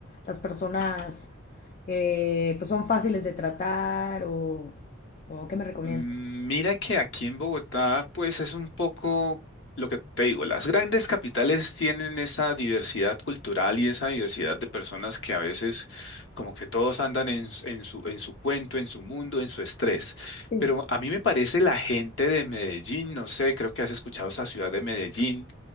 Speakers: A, on the left; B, on the left.
A: Las personas eh, pues son fáciles de tratar o, o ¿qué me recomiendas?
B: Mm, Mira que aquí en Bogotá, pues es un poco lo que te digo, las grandes capitales tienen esa diversidad cultural y esa diversidad de personas que a veces como que todos andan en, s- en su, en su cuento, en su mundo, en su estrés.
A: Sí,
B: Pero a mí me parece la gente de Medellín, no sé, creo que has escuchado esa ciudad de Medellín.